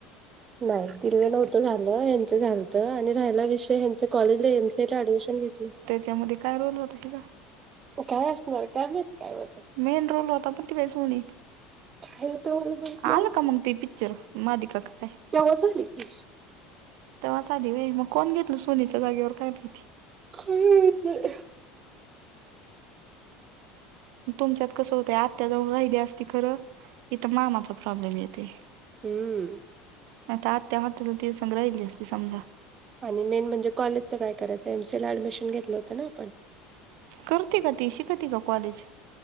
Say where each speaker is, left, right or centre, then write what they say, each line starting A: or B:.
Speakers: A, on the right (about 30°); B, on the right (about 60°).
A: नाई, तिले नव्हतं झालं, ह्याचं झालतं आणि राहायला विषय ह्या कॉलेजला एमसी ऍडमिशन घेतलं.
B: त्यामध्ये काय रोल होता हे का.
A: काय असणार काय माहित काय होत.
B: मेन रोल होता पण ती बेसनी
A: काय होतं मला माहित नाही
B: आल का मग त प पिक्चर, मालिका का काय.
A: तेव्हा झाले की.
B: तेव्हा झाली व्हय मग कोण घेतल सोनीच्या जागेवर काय माहिती.
A: काय माहीती. <unintelligible>
B: तुमच्यात कसं होतं आत्त्या जावळ राहिली असती खरं इथ मामाचा प्रॉब्लेम येते.
A: हम्म.
B: आता आत्या हॉटेलला तिच्यासंग राहिली असती समजा.
A: आणि मेन म्हणजे कॉलेजचं काय करायचं एमसीला ऍडमिशन घेतलं होतं ना आपण.
B: करते का ती, शिकती का कॉलेज?